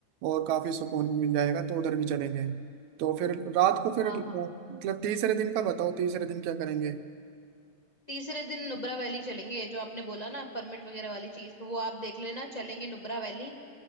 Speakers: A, on the right; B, on the left.
A: और काफी सुकून भी मिल जाएगा तो उधर भी चलेंगे तो फिर रात को
B: हाँ
A: फिर मतलब
B: हाँ
A: तीसरे दिन का बताओ तीसरे दिन क्या करेंगे
B: तीसरे दिन नुब्रा वैली चलेंगे जो आपने बोला ना परमिट वगैरह वाली चीज तो वो आप देख लेना चलेंगे नुब्रा वैली